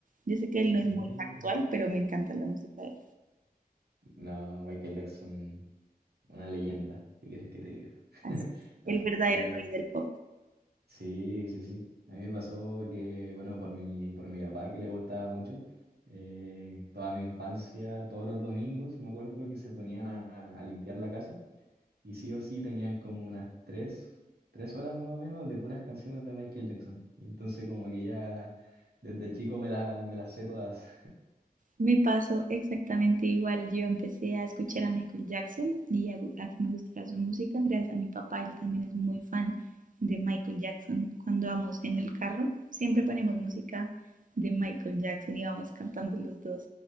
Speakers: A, on the right; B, on the right.
A: Yo sé que él no
B: Mira,
A: es muy actual, pero me encanta la música de él.
B: no, Michael Jackson, una leyenda, ¿qué quieres que te diga? <laughs>
A: Así es,
B: A,
A: el verdadero
B: a mí,
A: rey
B: me-
A: del pop.
B: sí, sí, sí. A mí me pasó que, bueno, por mi, por mi papá que le gustaba mucho, eh, toda mi infancia, todos los domingos, me acuerdo que se ponían a, a limpiar la casa y sí o sí tenían como unas tres, tres horas más o menos de puras canciones de Michael Jackson. Y entonces como que ya desde chico me la, me las sé todas.
A: Me pasó exactamente igual. Yo empecé a escuchar a Michael Jackson y a, a que me gustara su música gracias a mi papá. Él también es muy fan de Michael Jackson. Cuando vamos en el carro, siempre ponemos música de Michael Jackson y vamos cantando los dos.